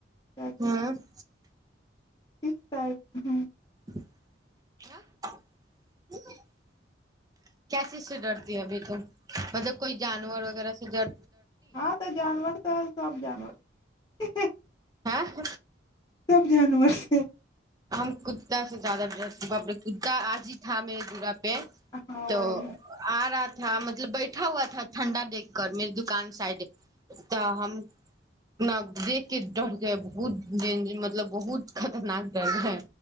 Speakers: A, on the left; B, on the right.
A: کیا
B: ہاں
A: چیز
B: <inaudible>
A: کس طائپ ہوں
B: نہ <inaudible> کیسی سے ڈرتی ہے ابھی تو مطلب کوئی جانور وغیرہ سے ج
A: ہاں تو جانور تو سب جانور <inaudible>
B: ہاں <inaudible>
A: سب جانور سے
B: ہم کتا سے زیادہ ڈریس باپے کتا آج ہی تھا م ہے گرا پ
A: ہاں
B: تو
A: وہی ہے
B: آ رات <inaudible> تھا مطلب بیٹھا ہوا تھا ٹنڈا دیکھ کر میرے دکان سائڈ ت ہم ن دیکھ کے ڈر کے بہت د مطلب بہت خطرناک ج ہے